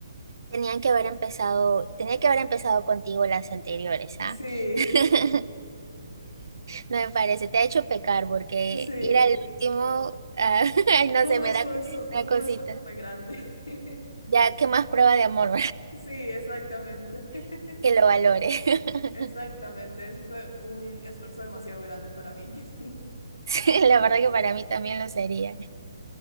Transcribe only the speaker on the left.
<laughs>
Sí,
<laughs> sí.
Fue
un
esfuerzo,
fue
un esfuerzo muy grande. <laughs>
Sí, exactamente. <laughs>
Exactamente, eso fue un esfuerzo demasiado grande para mí. <laughs>